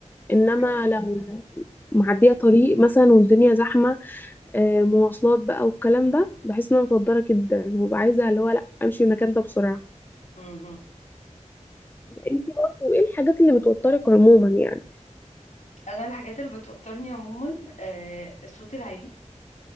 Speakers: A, on the left (about 15°); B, on the left (about 75°).
A: انما
B: اوكي
A: لو معدية طريق مثلا والدنيا زحمة آه، مواصلات بقى والكلام ده بحس ان انا متوترة جدا وببقى عايزة اللي هو لا امشي من المكان ده بسرعة
B: مهم.
A: انتي برضه ايه الحاجات اللي بتوترك عموما يعني
B: انا الحاجات اللي بتوترني عموما آه، الصوت العالي